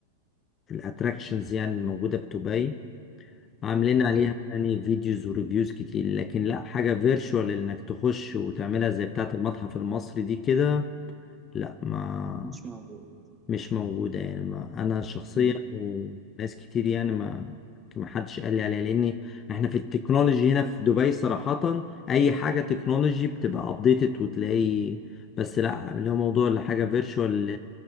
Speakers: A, on the left; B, on the right.
A: الاتراكشنز يعني الموجوده في دبي عاملين عليها
B: اوكي
A: يعني فيديوز وريفيوز كتير لكن لا حاجه فيرتشوال انك تخش وتعملها زي بتاعه المتحف المصري دي كده لا ما
B: مش موجود
A: مش موجودة يعني ما أنا شخصيا
B: مم.
A: وناس كتير يعني ما ما حدش قال لي عليها لأن إحنا في التكنولوجي هنا في دبي صراحة أي حاجة تكنولوجي بتبقى أبديتد وتلاقي بس لا اللي هو موضوع اللي حاجة فيرتشوال